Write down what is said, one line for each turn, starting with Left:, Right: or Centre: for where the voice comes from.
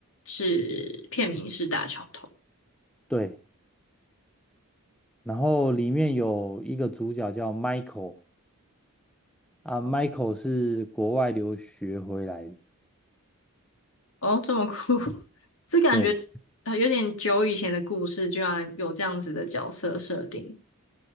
Left: 是片名是大桥头。
Centre: 对。然后里面有一个主角叫 Michael 啊，Michael 是国外留学回来的，
Left: 哦，这么酷，<laughs> 这感觉
Centre: 对
Left: 啊有点久以前的故事，居然有这样子的角色设定。